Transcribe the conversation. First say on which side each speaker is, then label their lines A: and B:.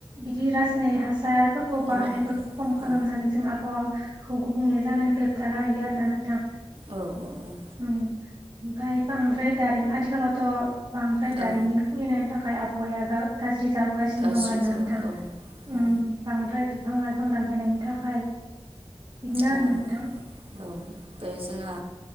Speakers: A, on the right (about 40°); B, on the right (about 60°).
A: बिदि रासायनारिक हासार फोर। खौ बाहायनायफोर
B: होमबा
A: खम खालामनानै
B: औ
A: जों आबहावाखौ गुबुंले जानायनिफ्राय होबथानो हायो आरो ना नोंथां।
B: औ औ औ।
A: उम ओमफ्राय बांद्राय दारिमिन आथिखालावथ' बांद्राय दारिमिन
B: औ
A: खुलिनायनि थाखाय आब आबहवाया गाज्रि जाबोगासिनो
B: गाज्रि
A: दं आरो ना
B: जागोन
A: नोंथां
B: औ
A: उम
B: औ
A: बांद्राय बिफां लायफां दानफायनायनि थाखाय। बिदिनो
B: दा
A: आरोना नोंथां
B: औ बे जोंहा